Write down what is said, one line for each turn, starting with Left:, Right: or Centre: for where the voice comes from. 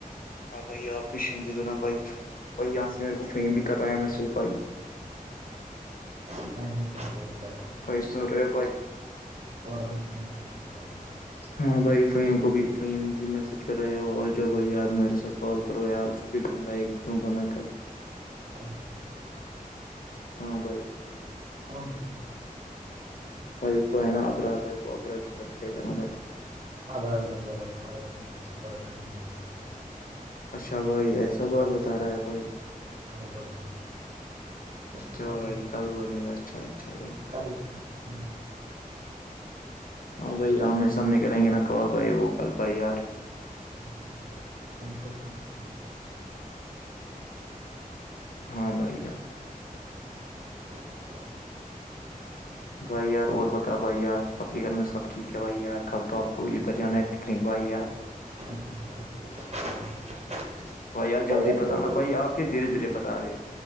Left: ہاں بھائی آپ کوچ سجھ دو نا بھائی بھائی یہاں سے میرے کو فم بھی کرا ہے میسج بھائی
Right: ف کو بولو بیٹھا
Left: بھائی سن رہے ہو بھائی
Right: اور رام فم کو بول بیٹھا میں نے
Left: ہاں بھائی فیم کو بھی فیم بھی میسج کرایا ہو آ جاؤ بھائی یار میرے ساتھ کال کرو ار اس کو بھی بندھا ایک دوں کا میں
Right: کومن ت
Left: ہاں بھائی
Right: کون تو بی
Left: بھائی کو ہے نا ابرار بھائی وہ ابر سب کرے کر رہا ہوں بھائی
Right: ابرال نے بولا یہ پا اس کو بات کر نہیں آتی ہے
Left: اچھا بھائی ایسا بہت
Right: کل
Left: بتا رہا ہے بھائی
Right: کل بولا اس
Left: اچھا
Right: کے سامنے
Left: بھائی کل بولیں گے اچھا اچھا بھائی
Right: کل اس کے سامنے
Left: ہاں بھائی آ ہمیں سامنے کریں گے نا کال بھائی وہ کال بھائی یار
Right: <unintelligible>
Left: ہاں بھیا
Right: <unintelligible>
Left: بھائی یار اور بتاؤ بھائی یار آپ کے گھر میں سب ٹھیک ہے بھائی یار کل تو آپ کو ادھر جانا ہے پکنکوائی یار
Right: <unintelligible>
Left: بھائی آج جلدی
Right: اور
Left: بتانا بھائی آپ کیا دھیرے دھیرے بتا رہے ہو